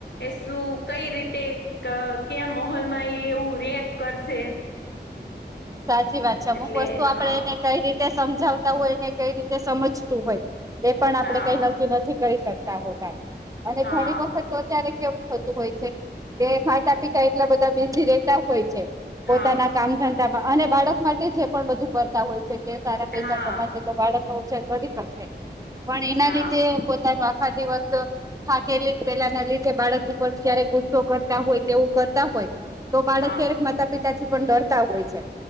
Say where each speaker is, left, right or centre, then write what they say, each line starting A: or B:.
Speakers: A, on the left; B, on the right.
A: એ શું કઈ રીતે કયા માહોલ માં એ એવું રિએક્ટ કરશે.
B: સાચી વાત છે અમુક
A: એટલે
B: વસ્તુ આપડે
A: હા
B: એને કઈ રીતે સમજાવતા હોય એને કઈ રીતે સમજતું હોય એ પણ આપણે
A: હા
B: કઈ નક્કી નથી કરી શકતા હોતા. અને
A: હા
B: ઘણી વખત તો ત્યારે કેવું થતું હોય છે કે માતા પિતા એટલા બધા બીઝી રેતા હોય છે.
A: હા
B: પોતાના કામ ધંધામાં અને બાળક માટે છે પણ બધું કર તા હોય છે કે સારા પૈસા
A: હા
B: કમાશે તો બાળકનો ઉછેર કરી શકશે. પણ એના
A: હા
B: લીધે પોતાનું આખા દિવસ થાકેલી પેલાના લીધે બાળક ઉપર ક્યારે ગુસ્સો કરતા હોય તેવું કરતા હોય તો બાળક
A: હા
B: ક્યારેક માતા પિતા થી પણ ડરતા હોય છે